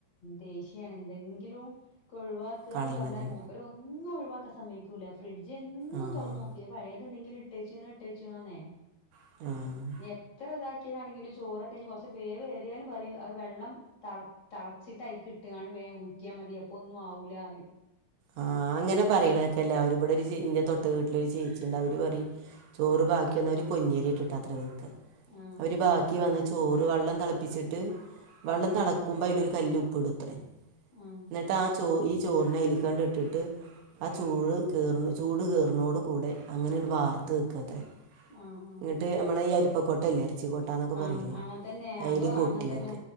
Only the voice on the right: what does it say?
കളയണത്
ആഹ്
ആഹ്.
ആഹ് അങ്ങനെ പറയ്ണേക്കെല്ലാവരും ഇവിടെ ഒരു ചേ ഇന്റെ തൊട്ട വീട്ടിലൊരു ചേച്ചിണ്ട് അവര് പറിം. ചോറ് ബാക്കി വന്ന അവര് പൊന്നിയരിയിട്ടിട്ടാത്രെ വെക്ക
അവര് ബാക്കി വന്ന് ചോറ് വള്ളം തളപ്പിച്ചി ഇത് വള്ളം തളക്കുമ്പോ അയ്ലൊരു കല്ല് ഉപ്പ്ടുത്രെ
ഇന്നിട്ട് ആഹ് ചോ ചോ ഈ ചോറിനെ അയ്ല്ക്കാണ്ടിട്ടിട്ട്. ആഹ് ചൂട് കേറു ചൂട് കേറുന്നോടു കൂടെ അങ്ങനെങ്ങ് വാർത്ത് വക്കത്രെ.
ന്നിട്ട് മ്മളെ ഈ അരിപ്പക്കൊട്ടല്ലേ ഇറ്ച്ചിക്കോ ട്ടന്നൊക്കെ
പറയില്ലേ
അയ്ല്
കൊട്ടി
വെക്ക.